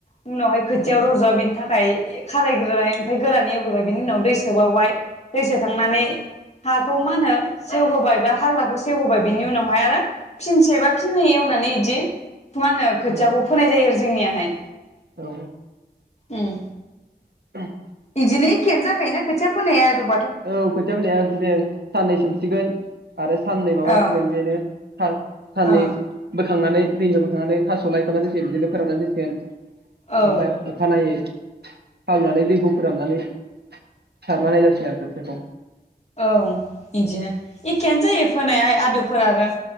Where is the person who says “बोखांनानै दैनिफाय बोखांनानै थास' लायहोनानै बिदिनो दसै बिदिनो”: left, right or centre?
Right